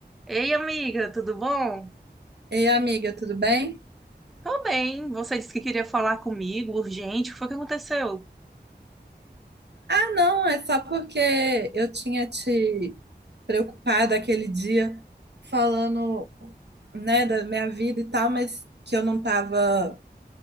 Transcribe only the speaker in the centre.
Ei, amiga, tudo bom?
Tô bem. Você disse que queria falar comigo, urgente. O que foi que aconteceu?